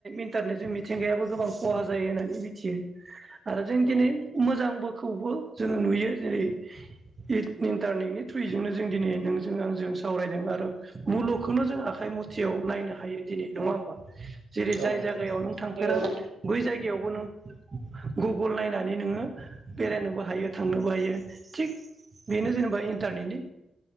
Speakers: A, on the right; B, on the right.
A: इनटारनेटजों मिथिंगायाबो गोबां खहा जायो होननानै मिथियो आरो जों
B: औ
A: दिनै मोजांबोखौबो जोङो नुयो जेरै इट इन्टारनेटनि थ्रुयैजोंनो जों दिनै नोंजों आंजों सावरायदों आरो मुलुगखौनो जों आखाइ मुथियाव नायनो हायो दिनै नङा होमबा जेरै जाय
B: औ नोंथां
A: जायगायाव नों
B: औ
A: थांफेरा बै जायगायावबो नों गुगोल नायनानै नोङो बेरायनोबो हायो थांनोबो हायो थिग बेनो जेनेबा इनटोरनेटनि